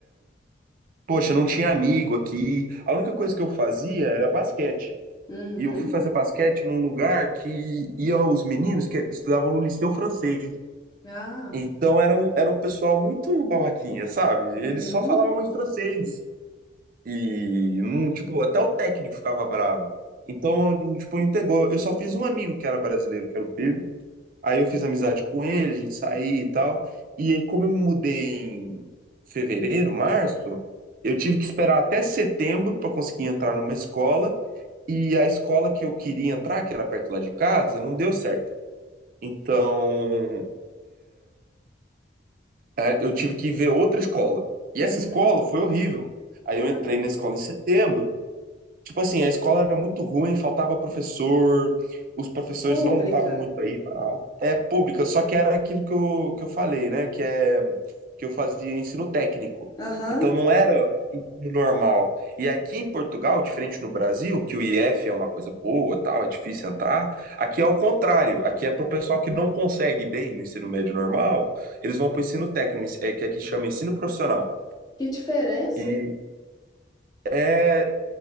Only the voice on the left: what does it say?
Uhum.
Ah,
uhum,
uhum.
Ah.
Pública.
Aham.
Que diferença?